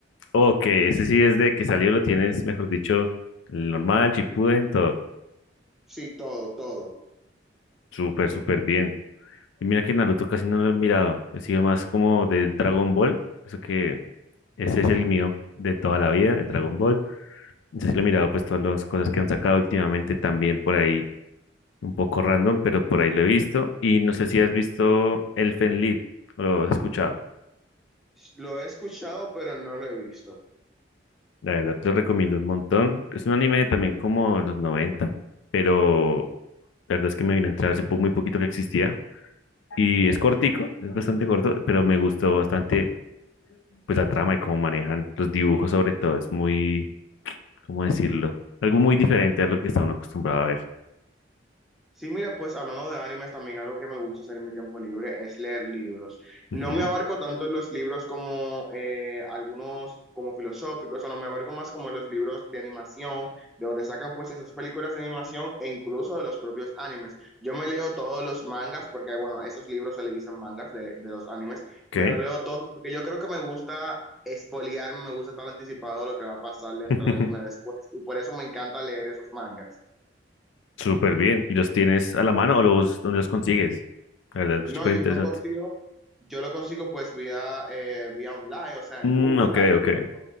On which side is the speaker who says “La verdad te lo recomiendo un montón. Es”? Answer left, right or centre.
Left